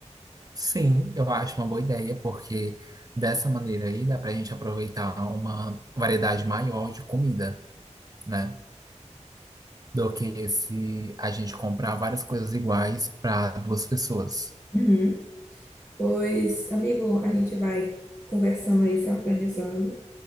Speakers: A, on the right; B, on the left.
A: Sim, eu acho uma boa ideia, porque dessa maneira aí dá pra gente aproveitar uma variedade maior de comida, né? do que se a gente comprar várias coisas iguais para duas pessoas.
B: Uhum. Pois, amigo, a gente vai conversando aí, se organizando.